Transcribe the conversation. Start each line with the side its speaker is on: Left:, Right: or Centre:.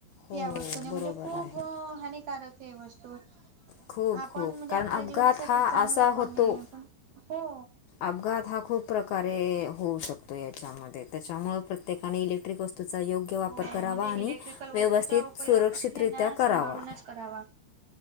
Left: हो
Right: त्या वस्तूने
Left: बरोबर
Right: म्हणजे, खूप
Left: आहे
Right: हानिकारक हे वस्तू.
Left: खूप
Right: आपण
Left: खूप
Right: म्हणजे
Left: कारण
Right: आपल्या,
Left: अपघात
Right: जीवनासाठी
Left: हा
Right: चांगलं
Left: असा
Right: पण
Left: होतो
Right: आहे प हो.
Left: अपघात हा खूप प्रकारे होऊ शकतो, याच्यामध्ये त्याच्यामुळे प्रत्येकाने इलेक्. वतूचा योग्य, वापर
Right: हो
Left: करावा
Right: म्हणजे
Left: आणि
Right: इलेक्ट्रिकल वस्तूचा
Left: व्यवस्थित
Right: उपयोग
Left: सुरक्षितरित्या
Right: हे ना सांभाळूनच
Left: करावा.
Right: करावा.